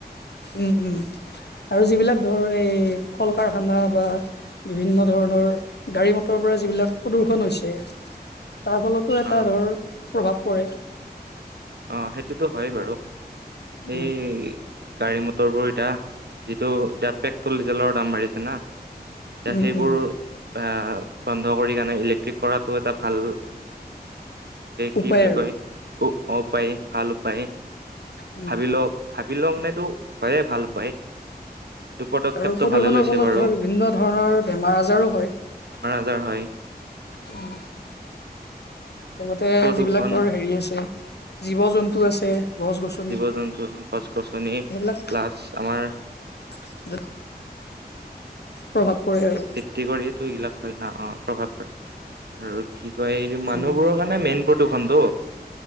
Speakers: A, on the left; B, on the right.
A: উম উম। আৰু যিবিলাক ধৰ এই, কল কাৰখানা বা বিভিন্ন ধৰণৰ গাড়ী মটৰ পৰা যিবিলাক প্ৰদূ্ষন হৈছে, তাৰ ফলতো এটা
B: অ
A: ধৰ প্ৰভাৱ পৰে।
B: অ', সেইটোতো হয় বাৰু,
A: উম
B: এই গাড়ী মটৰ বোৰ এতিয়া যিটো এতিয়া পেট্ৰল ডিজেলৰ দাম বাঢ়িছে না, এতিয়া
A: উম
B: সেইবোৰ
A: উম
B: আ বন্ধ কৰি কাৰনে ইলেক্ট্ৰিক কৰাটো এটা ভাল কি
A: উপায়
B: বুলি
A: আৰু
B: কয় <unintelligible> উপায় ভাল উপায়,
A: উম
B: ভাবি
A: উম
B: লওক ভাবি লও মানে এইটো হয়ে ভাল উপায়। এইটো পদক্ষেপটো
A: আৰু প্ৰদূষণৰ
B: ভালে লৈছে
A: ফলত
B: বাৰু
A: ধৰ বিভিন্ন ধৰণৰ বেমাৰ আজাৰো হয়।
B: <unintelligible>
A: উম, লগতে
B: প্ৰদূষণ
A: যিবিলাক ধৰ হেৰি আছে জীৱ-জন্তু আছে। গছ গছনি
B: জীৱ-জন্তু, গছ-গছনি
A: সেইবিলাক
B: প্লাজ আমাৰ
A: <unintelligible> প্ৰভাৱ পৰে আৰু
B: ভিত্তি কৰিয়েই টো এইগিলাক হয় না অ', প্ৰভাৱ পৰে আৰু কি কয় এই মানুহবোৰৰ
A: উম উম
B: কাৰণে মেইন প্ৰদূ্ষনটো